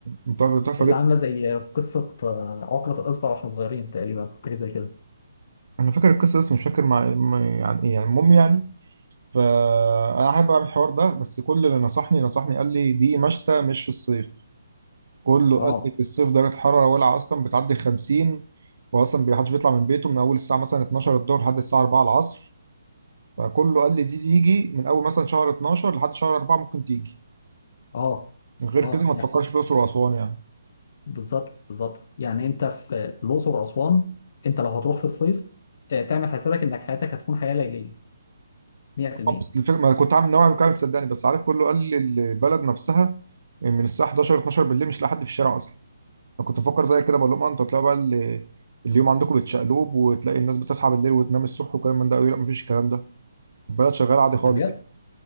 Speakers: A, on the right (about 75°); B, on the left (about 40°).
A: بتبقى تحفه
B: اللي عامله زي قصه آه، عقده الاصبع واحنا صغيرين تقريبا حاجه زي كده
A: انا فاكر القصه بس مش فاكر مع مع- يعني ايه يعني المهم يعني فانا احب اعمل الحوار ده بس كل اللي نصحني نصحني قال لي دي مشتى مش في الصيف كله قال
B: اه
A: لي في الصيف درجه الحراره ولعه اصلا بتعدي 50 واصلا ما حدش بيطلع من بيته من اول الساعه مثلا 12 الظهر لحد الساعه 4 العصر فكله قال لي دي تيجي من اول مثلا شهر 12 لحد شهر 4 ممكن تيجي
B: اه
A: غير
B: اه
A: كده ما تفكرش
B: يعني
A: في الاقصر واسوان يعني
B: بالظبط بالظبط يعني انت في الاقصر واسوان انت لو هتروح في الصيف آه، تعمل حسابك انك حياتك هتكون حياه ليليه 100%
A: طب بس الفكره ما كنت عامل نوع من كده صدقني بس عارف كله قال لي البلد نفسها من الساعه 11 12 بالليل مش لاقي حد في الشارع انا كنت بفكر زي كده بقول لهم آه، انتوا تلاقوا بقى ال- اليوم عندكم بتشقلوب وتلاقي الناس بتصحى بالليل وتنام الصبح وكلام من ده قوي لا مفيش الكلام ده البلد شغاله عادي خالص
B: بجد
A: يعني.